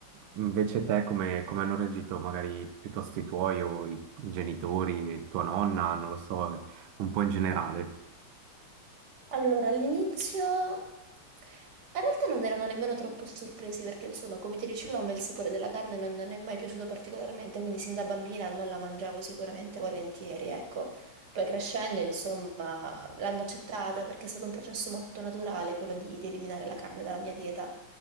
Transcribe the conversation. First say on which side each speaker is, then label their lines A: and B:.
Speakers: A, on the right; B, on the right.
A: invece te come, come hanno reagito magari piuttosto i tuoi o i genitori, tua nonna, non lo so un po' in generale.
B: Allora, all'inizio in realtà non erano nemmeno troppo sorpresi perché, insomma, come ti dicevo, a me il sapore della carne non, non è mai piaciuto particolarmente, quindi sin da bambina non la mangiavo sicuramente volentieri, ecco. Poi crescendo, insomma, l'hanno accettata perché è stato un processo molto naturale quello di, di eliminare la carne dalla mia dieta.